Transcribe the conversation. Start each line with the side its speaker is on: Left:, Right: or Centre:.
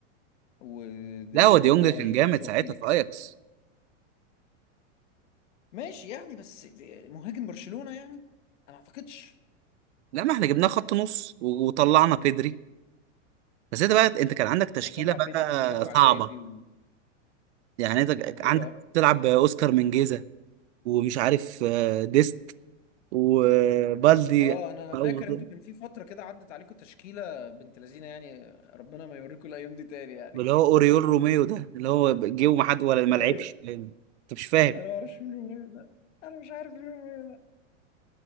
Left: وديباي
Right: لا هو ديونج كان جامد
Left: وجو
Right: ساعتها
Left: فيليكس
Right: في اياكس
Left: ماشي يعني بس دي- مهاجم برشلونة يعني انا ما اعتقدش
Right: لا ما احنا جبناه خط نص و- وطلعنا بيدري بس انت بقى انت كان عندك تشكيله
Left: وطلع
Right: بقى
Left: بيدري وطلع
Right: صعبه
Left: جافي و...
Right: يعني انت
Left: ايه
Right: عندك
Left: بقى
Right: تلعب باوسكار منجيزة ومش عارف آه، ديست وبالدي
Left: اه انا فاكر
Right: أو-
Left: انتوا كان في فترة كده عدت عليكم تشكيلة بنت لذينة يعني ربنا ما يوريكم الايام دي تاني يعني
Right: اللي هو اوريول روميو ده اللي هو جه وما حد ولا ما
Left: <laughs>
Right: لعبش
Left: ايوه
Right: انت مش فاهم
Left: انا ما اعرفش مين روميو ده انا مش عارف مين روميو ده